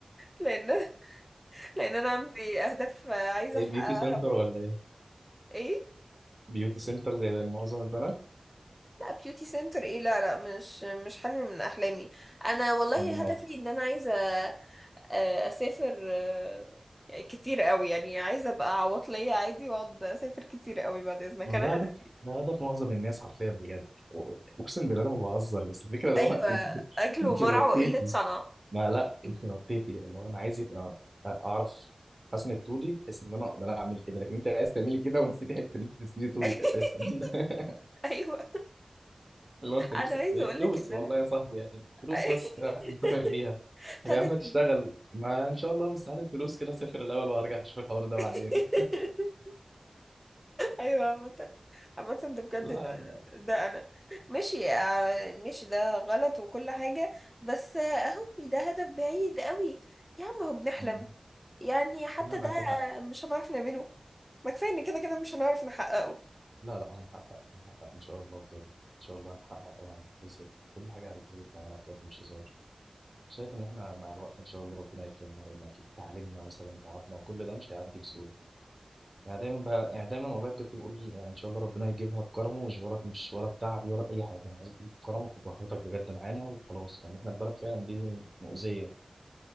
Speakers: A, in the centre; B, on the right (about 30°).
A: لان <laughs> لان انا عندي اهداف عايزة
B: ايه
A: احققها
B: بيوتي سنتر
A: برضه
B: ولا ايه
A: ايه
B: بيوتي سنتر زي معظم البنات
A: لا بيوتي سنتر ايه لا لا مش مش حلم من احلامي انا والله
B: ما
A: هدفي ان انا عايزه آه، اسافر آه، كتير قوي يعني عايزه ابقى عواطليه عادي واقعد اسافر كتير قوي بعد اذنك
B: ما
A: انا
B: هو ده
A: هدف
B: هدف ده هدف معظم الناس حرفيا بجد و- اقسم بالله انا ما بهزر بس الفكره اللي
A: ايوه
B: هو <laughs> انت
A: اكل
B: انت
A: ومرع
B: نطيتي
A: وقله صنع
B: ما لا انت نطيتي اللي هو انا عايز يبقى آه، اعرف اسند طولي بحيث ان انا اقدر اعمل كده لكن انت عايز تعملي كده ونسيتي حته ان انت تسندي طولك
A: <laughs>
B: اساسا <laughs>
A: ايوه
B: اللي هو انت نفسك
A: انا عايزه
B: في إيه؟
A: اقول
B: فلوس
A: لك ان
B: والله
A: انا
B: يا صاحبي يعني فلوس
A: <laughs>
B: بس كده عشان تسافر بيها طب
A: هدفي
B: يا عم تشتغل ما ان شاء الله بس هات الفلوس كده سافر الاول وهرجع اشوف الحوار ده
A: <laughs>
B: بعدين
A: ايوه عامة عامة ده بجد
B: لا
A: ده,
B: لا
A: ده انا ماشي آه، ماشي ده غلط وكل حاجة بس آه، اهو ده هدف بعيد قوي يا عم هو بنحلم
B: يعني
A: يعني حتى
B: لا معاك
A: ده
B: حق
A: آه، مش هنعرف نعمله ما كفايه ان كده كده مش هنعرف نحققه
B: لا لا هنحقق هنحقق ان شاء الله بجد ان شاء الله هنحقق وهنكتسب كل حاجه هتتظبط معانا بجد مش هزار شايف ان احنا مع الوقت ان شاء الله ربنا يكرمنا لان اكيد تعليمنا مثلا تعبنا وكل ده مش هيعدي بسهوله يعني دايما بقى يعني دايما والله بجد بقول يعني ان شاء الله ربنا يجيبها بكرمه مش ولا مش ولا بتعبي ولا باي حاجه انا عايزك تجيب بكرمك وبراحتك بجد معانا وخلاص لان يعني احنا البلد فعلا دي مؤذيه